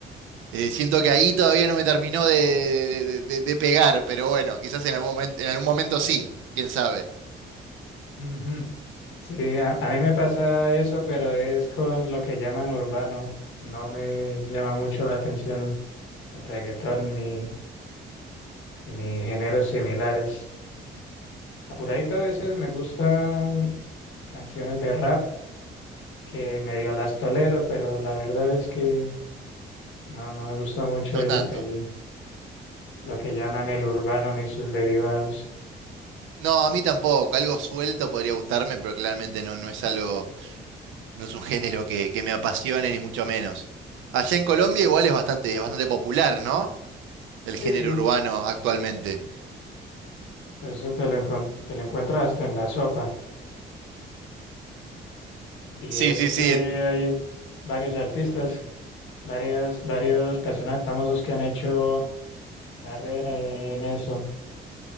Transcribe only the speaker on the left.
Ujú. Sí, a, a mí me pasa eso, pero es con lo que llaman urbano. No me llama mucho la atención el reggaetón ni, ni géneros similares. Apuradito a veces me gustan canciones de rap que medio las tolero, pero la verdad es que no, no me gusta mucho
el,
el, lo que llaman el urbano ni sus derivados.
Sí,
eso te lo, encon- te lo encuentras hasta en la sopa. Y
es
que
hay
varios artistas, varias, varios personajes famosos que han hecho carrera en eso.